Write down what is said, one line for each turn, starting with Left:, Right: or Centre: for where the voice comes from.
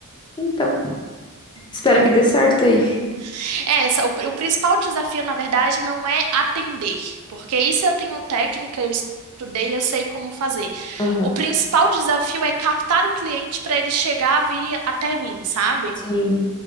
Left: Então,
Right: Então,
Left: espero que dê certo aí.
Right: É, essa- o, pri- o principal desafio, na verdade, não é atender, porque isso eu tenho técnica, eu estudei, eu sei como fazer.
Left: Aham.
Right: O principal desafio é captar o cliente para ele chegar a vir até mim, sabe?
Left: Sim.